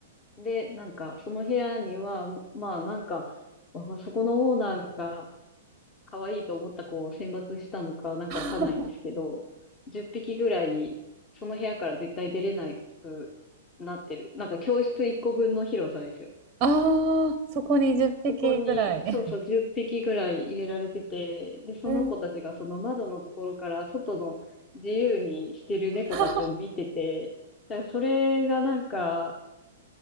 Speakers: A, on the left (about 25°); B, on the right (about 30°).
A: で、なんかその部屋には、まあなんか、わかそこのオーナーが可愛いと思った子を選抜したのかなんかわかんないんですけど、
B: <laughs>
A: 10匹ぐらいその部屋から絶対出れなくなってる。なんか教室1個分の広さですよ。
B: ああ、そこに10匹ぐらい。
A: そこに、そうそう、
B: へ
A: 10匹ぐらい入れられてて、で、その子たちがその窓のところから外の自由にしてる猫たちを見てて、
B: ー <laughs>
A: だからそれがなんか、